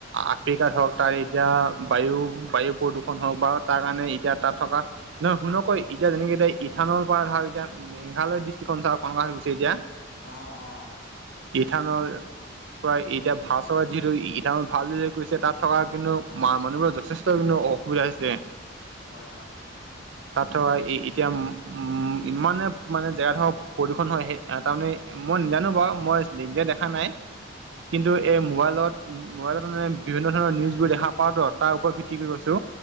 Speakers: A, on the right; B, on the left.
A: আফ্ৰিকাত হওক তাত এতিয়া বায়ু বায়ু প্ৰদূষণ হওক বা তাৰ কাৰণে এতিয়া তাত থকা নহয় শুনকৈ এতিয়া যেনেকৈ এতি ইানলপাৰ ধৰ এতিয়া মেঘালয় ডিষ্ট্ৰিক্খনঞ্চ চ কংগ্ৰ হৈ গৈছে এতিয়া
B: অ', অ'
A: ইথানল প্ৰায় এতিয়া ভা চ যিহেতু ই ভাল বুলি কৈছে তাত থকা কিন্তু, ম মানুহবোৰৰ যথেষ্ট কিন্তু অসুবিধা হৈছে
B: হয় হয় হয়
A: তাত ধৰা এতিয়া উ উম ইমানে মানে জেগা ধৰাক প্ৰদূষণ হয় সেই তাৰমানে মই, নজানো বাৰু মই নিজে দেখা নাই
B: উম,
A: কিন্তু এই মোবাইলত মোবাইলত মানে, বিভিন্ন ধৰণৰ নিউজবোৰ দেখা পাওঁ ত তাৰ ওপৰত ভিত্তি
B: হয়
A: কৰি গৈছো